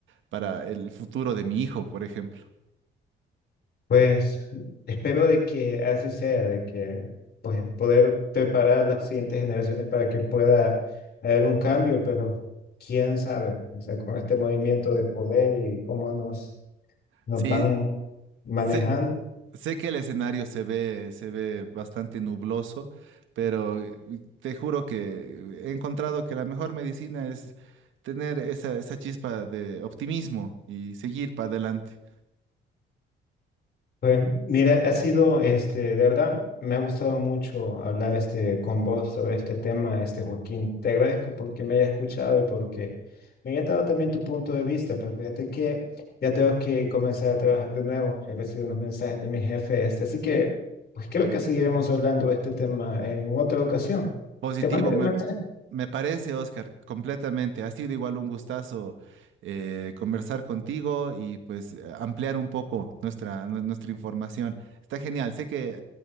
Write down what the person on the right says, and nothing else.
para el futuro de mi hijo, por ejemplo.
Sí,
sí. Sé que el escenario se ve, se ve bastante nubloso, pero eh, te juro que he encontrado que la mejor medicina es tener esa, esa chispa de optimismo y seguir para adelante.
Positivo,
me,
me parece, Oscar, completamente. Ha sido igual un gustazo eh, conversar contigo y pues eh, ampliar un poco nuestra, nue- nuestra información. Está genial. Sé que eh,